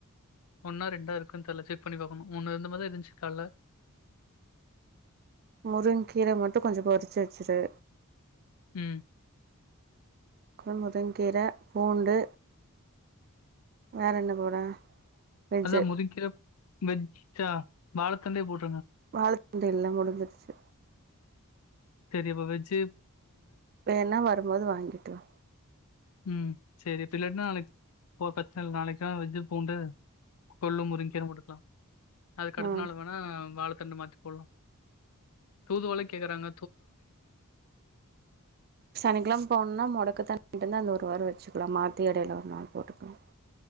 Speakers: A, on the left; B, on the right.
A: ஒன்னா ரெண்டா இருக்குன் தெர்ல செக் பண்ணி பாக்கணு ஒன்னு இருந்த மாரிதா இருந்துச்சு கால்ல
B: முருங் கீர மட்டு கொஞ்ச பொறிச்சு வச்சுரு
A: ம்
B: கு முருங்கீர பூண்டு வேற என்ன போட வெஜ்ஜு
A: அதா முருங்கீர வெச்சா வாழத்தண்டே போட்
B: வாழதண்டு எல்லா முடுஞ்சிருச்சு
A: சரி இப்ப வெச்சு
B: வேன்னா வரும்போது வாங்கிட்டு வா
A: ம் சேரி இப்ப இல்லாட்னா நாளைக் போ பிரச்சன இல்ல நாளைக்குதா வெஜ்ஜு பூண்டு கொள்ளு முருங் கீர போட்டுக்லா அதுக்கடுத்த
B: வா ம்
A: நாளு வேணா வாழ தண்டு மாத்தி போல்லா தூதுவளை கேக்குறாங்க
B: சனிக்கிழம் போன்னா மொடக்கத்தான் வாங்கிட்டு வந்து அந்த ஒரு வார வச்சுக்லா மா த்தி எடைல ஒரு நாள் போட்டுக்கலா